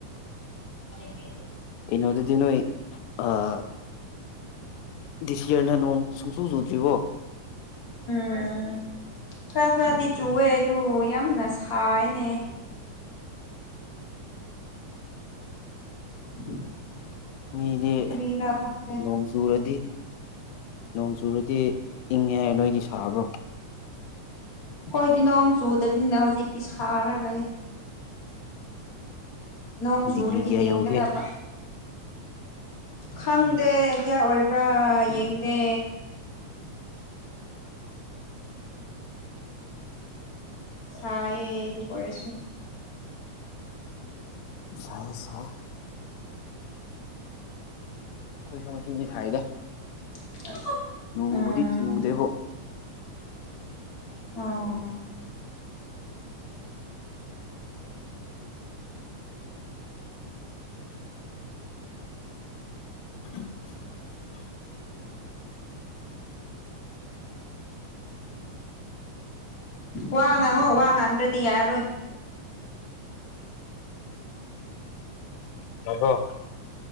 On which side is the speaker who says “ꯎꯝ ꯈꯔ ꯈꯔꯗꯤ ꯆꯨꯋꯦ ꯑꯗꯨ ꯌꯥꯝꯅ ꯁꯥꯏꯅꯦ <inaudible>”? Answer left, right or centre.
Left